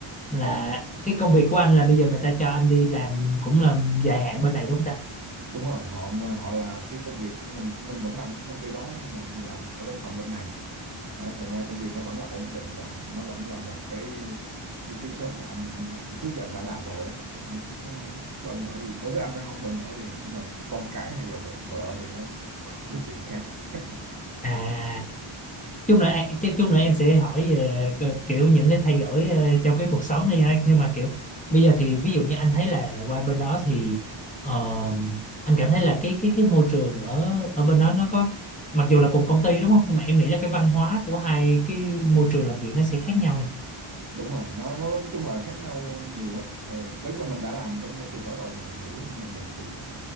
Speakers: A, on the left; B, on the right.
A: là cái công việc của anh là bây giờ người ta cho anh đi làm cũng là dài hạn bên này đúng không ta?
B: đúng rồi họ họ là cái công việc của mình mình vẫn làm cái công ty đó nhưng mà làm ở văn phòng bên này Đấy, thành ra công việc nó vẫn là ổn định và nó vẫn là một cái cái cái job mà anh anh thấy trước giờ anh đã làm rồi á thì anh không có bỡ ngỡ gì đối với anh nó không bỡ ngỡ gì nhưng mà con cái hay là vợ thì nó <laughs> có câu chuyện khác
A: À,
B: <laughs>
A: chút nữa em- chắc chút nữa em sẽ hỏi về c- kiểu những cái thay đổi ờ, trong cái cuộc sống đi ha nhưng mà kiểu bây giờ thì ví dụ như anh thấy là qua bên đó thì ờ, anh cảm thấy là cái cái cái môi trường ở ở bên đó nó có mặc dù là cùng công ty đúng không nhưng mà em nghĩ là cái văn hóa của hai cái môi trường làm việc nó sẽ khác nhau nha.
B: đúng rồi nó nó nói chung là khác nhau nhiều ấy Thì tức là mình đã làm trong môi trường đó rồi thì mình hiểu nhưng mình mình cũng